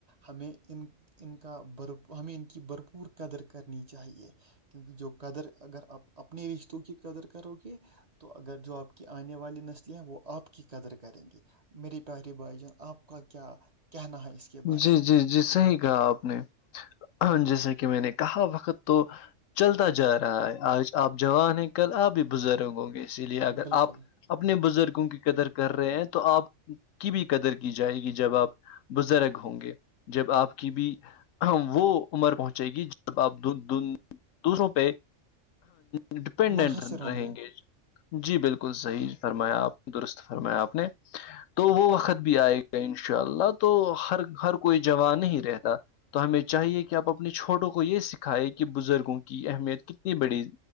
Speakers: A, on the right; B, on the left.
A: ہمیں ان ان کا ب ہمیں ان کی بھرپور قدر کرنی چاہیے کیونکہ جو قدر اگر آپ اپنی رشتوں کی قدر کرو گے تو اگر جو آپ کی آنے والی نسلیں ہیں وہ آپ کی قدر کریں گے میری پیاری باائی جن آپ کا کیا کہنا ہے اس کے بارے
B: جی
A: میں
B: جی جی صحیح کہا آپ نے جیسا کہ میں نے کہا وقت تو چلتا جا رہا ہے آج آپ جوان ہیں کل آپ بھی بزرگ ہوں گے اسی لیے اگر
A: بالکل
B: آپ اپنے بزرگوں کی قدر کر رہے ہیں تو آپ کی بھی قدر کی جائے گی جب آپ بزرگ ہوں گے جب آپ کی بھی وہ عمر پہنچے گی جب آپ دوسروں پہ ڈیپینڈنٹ
A: منحصر ہوں
B: رہیں گے جی بالکل صحیح فرمایا آپ درست فرمایا آپ نے تو وہ وقت بھی آئے گا ان شاء اللہ تو ہر ہر کوئی جوان ہی رہتا تو ہمیں چاہیے کہ آپ اپنے چھوٹوں کو یہ سکھائے کہ بزرگوں کی اہمیت کتنی بڑی